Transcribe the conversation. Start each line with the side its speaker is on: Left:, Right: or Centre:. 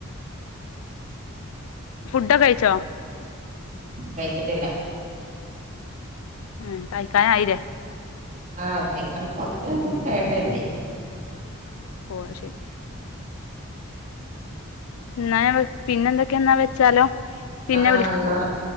Left: ഫുഡൊക്കെ കഴിച്ചോ
Right: കഴിച്ചിട്ടില്ല
Left: ഉം കഴിക്കാൻ ആയില്ലേ
Right: ആഹ് കഴിക്കണം കൊറച്ചേരം കൂടി കയ്യട്ടേ കര്തി
Left: ഓഹ് അയ്ശരി ഇന്നാ ഞാൻ വിളി പിന്നെ എന്തൊക്കെ എന്നാ വെച്ചാലോ പിന്നെ
Right: ആഹ്
Left: വിളി
Right: എന്നാ